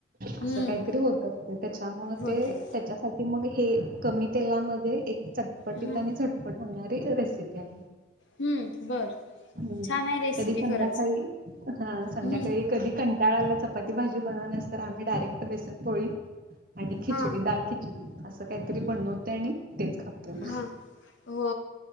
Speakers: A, on the right (about 45°); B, on the left (about 75°).
A: असं
B: हम्म
A: काहीतरी होत असते त्याच्यामुळ
B: होते
A: ते त्याच्या साठी मग हे कमी तेलामध्ये एक चटपटीत
B: हम्म
A: आणि झटपट होणारी रेसिपी आहे
B: हम्म बर
A: हम्म
B: छान आहे रेसिपी
A: कधी संध्याकाळी
B: खरंच
A: हा संध्याकाळी
B: हम्म
A: कधी क बाळाला चपाती भाजी बनव नस तर आम्ही डायरेक्ट बेसन पोळी आणि खिचडी
B: हा
A: दाल खिचडी असं काहीतरी बणवते आणि तेच खातोय मग
B: हा हो